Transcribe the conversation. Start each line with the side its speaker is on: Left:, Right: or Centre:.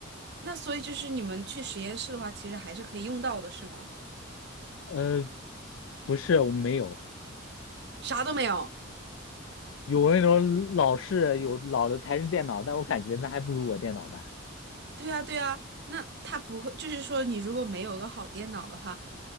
Right: 那所以就是你们去实验室的话，其实还是可以用到的，是吗？
Left: 呃，不是，我们没有。
Right: 啥都没有。
Left: 有那种老式有老的台式电脑，但我感觉那还不如我电脑呢。
Right: 对啊，对啊，那他不会，就是说，你如果没有个好电脑的话，